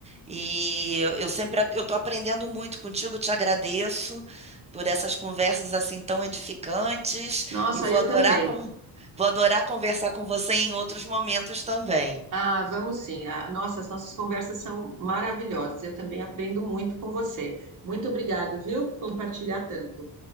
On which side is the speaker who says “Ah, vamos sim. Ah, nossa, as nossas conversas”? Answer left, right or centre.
Right